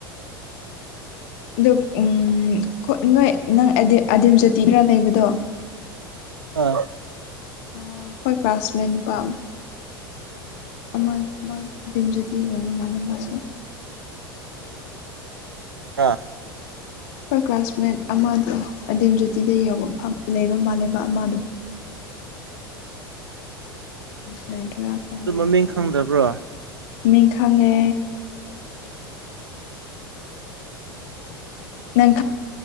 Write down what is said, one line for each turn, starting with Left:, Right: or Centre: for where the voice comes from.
Left: ꯑꯗ ꯎ ꯅꯣꯏ ꯅꯪꯗꯤ ꯑꯗꯤꯝ ꯖꯥꯇꯤꯗ꯭ꯔꯥ ꯂꯩꯕꯗꯣ
Right: ꯑ
Left: ꯑꯣ ꯍꯣꯏ ꯀ꯭ꯂꯥꯁꯃꯦꯠ ꯅꯨꯄꯥ ꯑꯃ ꯃꯥꯗꯤꯝꯖꯗꯤ ꯑꯣꯏꯕ ꯃꯥꯜꯂ ꯃꯥꯁꯨ
Right: ꯑ
Left: ꯍꯣꯏ ꯀ꯭ꯂꯥꯁꯃꯦꯠ ꯑꯃꯗꯣ ꯑꯗꯤꯝ ꯖꯣꯇꯤꯗ ꯌ ꯂꯩꯕ ꯃꯥꯜꯂꯦꯕ ꯑꯃꯗꯣ ꯗꯔꯥ ꯈ
Right: ꯑꯗꯨ
Left: ꯂꯣꯏꯔ
Right: ꯃꯃꯤꯡ
Left: ꯈꯪꯗꯦ
Right: ꯈꯪꯗꯕ꯭ꯔꯣ
Left: ꯃꯤꯡꯈꯉꯦ ꯅꯪ